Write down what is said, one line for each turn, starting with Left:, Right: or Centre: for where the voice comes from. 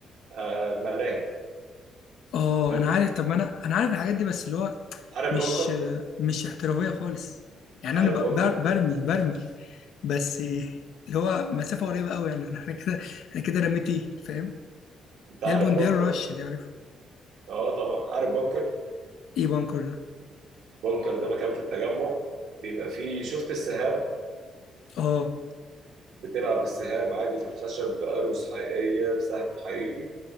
Right: آه ملاهي
Left: اه
Right: حلو
Left: انا عارف طب ما انا انا عارف الحاجات دي بس اللي هو
Right: عارف
Left: مش
Right: بنكر
Left: آه، مش احترافيه خالص يعني
Right: عارف
Left: انا ب-
Right: بنكر
Left: بر- برمي برمي بس اللي هو مسافه قريبه قوي يعني <laughs> احنا كده احنا كده رميتي فاهم
Right: انت
Left: ده
Right: عارف
Left: البوندير
Right: بنكر
Left: رش دي عارف
Right: اه طبعا عارف بنكر
Left: ايه بانكر ده
Right: بنكر ده مكان في التجمع بيبقى فيه شفت السهام
Left: اه
Right: بتلعب بالسهام عادي في الخشب بأروس حقيقية بسهم حقيقي